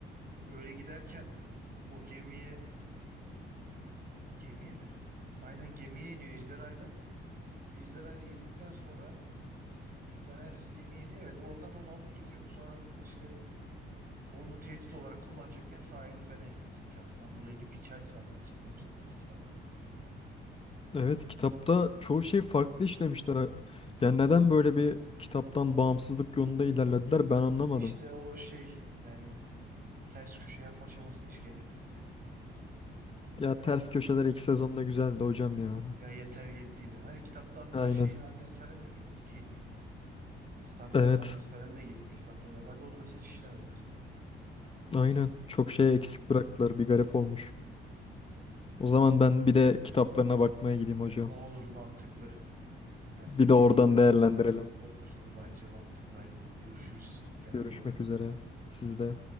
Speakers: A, on the right; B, on the left.
A: Öyle giderken o gemiye gemiye mi? Aynen gemiye iniyor ejderhayla. Ejderhayla indikten sonra Daenerys gemiye iniyor. Evet oradan onu alıp gidiyormuş. Sonra da işte onu tehdit olarak kullanacakken sahili falan yapıyor zekasından dolayı gibi bir hikayesi vardı yanlış hatırlamıyorsun. Nasıl kitapta?
B: Evet kitapta çoğu şey farklı işlemişler. ha.
A: Hı.
B: Yani neden böyle bir kitaptan bağımsızlık yolunda ilerlediler ben anlamadım.
A: İşte o şey yani ters köşe yapma çabasına hiç gerek yoktu yani.
B: Ya ters köşeler
A: Hı.
B: ilk sezonda güzeldi hocam ya.
A: Ya yeter yettiydi. Hani kitapta hatta
B: Aynen.
A: şeyin annesi falan da geliyordu. Catelyn Stark'ların
B: Evet.
A: annesi falan da geliyordu kitapta. Normalde onu mesela hiç işlemediler.
B: Aynen. Çok şey
A: Hı.
B: eksik
A: Hı.
B: bıraktılar. Bir garip olmuş. O zaman ben bir de kitaplarına bakmaya gideyim
A: Ee,
B: hocam.
A: Olur mantıklı. Ben
B: Bir
A: de inceleyeyim
B: de oradan
A: ya.
B: değerlendirelim.
A: Olur o bence mantıklıydı. Görüşürüz. Kendine
B: Görüşmek
A: iyi bak.
B: üzere. Sizde.